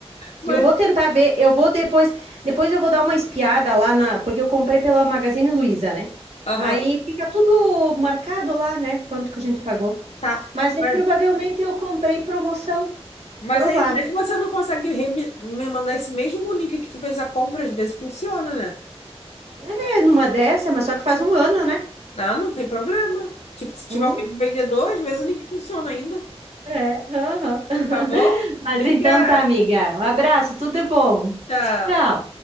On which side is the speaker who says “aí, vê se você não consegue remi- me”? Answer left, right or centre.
Left